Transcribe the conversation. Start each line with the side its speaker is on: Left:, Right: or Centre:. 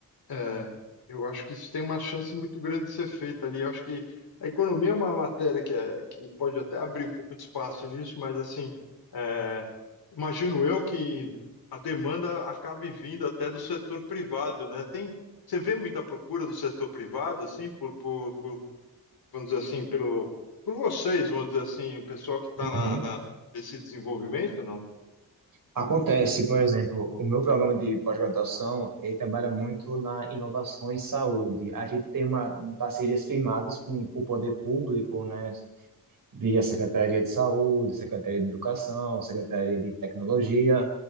Left: é, eu acho que isso tem uma chance muito grande de ser feito ali. Eu acho que a economia é uma matéria que, é, que pode até abrir um pouco de espaço nisso, mas assim, é, imagino eu que a demanda acabe vindo até do setor privado, né? Tem, você vê muita procura do setor privado, assim, por, por, por, vamos dizer assim, pelo, por vocês, vamos dizer assim, o pessoal que está
Right: Uhum.
Left: na, na- nesse desenvolvimento, não?
Right: Acontece, por exemplo, o meu programa de pós-graduação, ele trabalha muito na inovação em saúde. A gente tem uma parcerias firmadas com o poder público, né, via Secretaria de Saúde, Secretaria de Educação, Secretaria de Tecnologia.